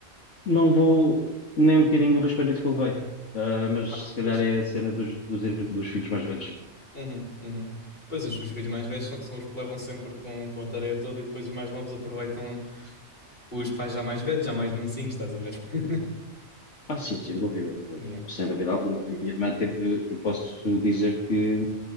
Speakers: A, on the left; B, on the left.
A: Não vou nem um bocadinho o raspanete que eu levei, Ah, mas
B: Ah,
A: se calhar
B: pois.
A: é a cena dos, dos, ir- dos filhos mais velhos.
B: Uhum, uhum. Pois os, os filhos mais velhos são, são os que levam sempre com, com a tarefa toda e depois os mais novos aproveitam os pais já mais velhos, já mais mansinhos, estás a ver? <laughs>
A: Ah, sim, sem dúvida, eh,
B: Yeah.
A: sem dúvida alguma. A minha irmã teve, eu posso dizer que